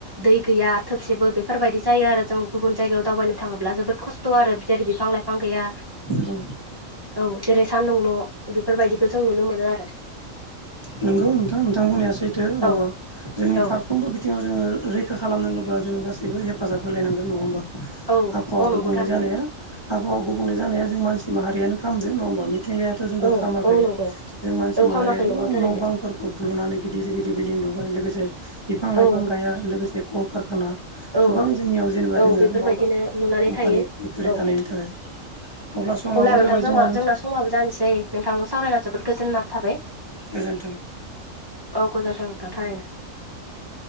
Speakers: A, on the right; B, on the left.
A: दै गैया थोबसेबो बेफोरबायदि जायो आरो जों गुबुन जायगायाव दावबायनो थाङोब्ला जोबोद खस्थ' आरो जेरै बिफां लाइफां गैया
B: औ
A: औ जेरै सानदुंल बेफोरबायदिखौ जों नुनो मोनो आरो।
B: नंगौ नोंथां नोंथां बुंनाया सैथो
A: औ
B: जोंनि
A: औ
B: फारफ्रोमबो बिथिङाव जोङो रैखा खालामनांगौब्ला जोङ गासैबो हेफाजाब होलायांगोन नङा होमबा।
A: औ
B: आबहावा
A: औ नंगौ
B: गुबुंले
A: थारैनो
B: जानाया आबहावा गुबुंले जानाया जों मानसि माहारियानो खालामामो नङा होमबा मिथिंगायाथ जोंखौ
A: औ
B: खालामदों
A: औ नंगौ
B: जों मानसि माहारिया
A: औ खामाखै
B: गोबां
A: नंगौ थारैनो
B: न' बांफोरखौ बुनानै गिदिर गिदिर बिल्डिं लुबाय लोगोसे बिफां लाइफां
A: औ
B: गाया लोगोसे कलकारखाना
A: औ
B: गोबां जोंनियाव जेनेबा
A: औ
B: दोङो
A: बेफोरबायदिनो
B: नङा होमबा
A: लुनानै
B: कम्पानि
A: थायो
B: फेक्ट'रि
A: औ
B: थानायनि थाखाय <unintelligible> समाबो
A: अब्ला नोंथांजों
B: जाबाय जोंहा औ
A: जोंना समाबो जानोसै नोंथांजों सावरायना जोबोद गोजोन्ना थाबाय
B: गोजोन्थों
A: औ गोजोनथाव नोंथां थारैनो।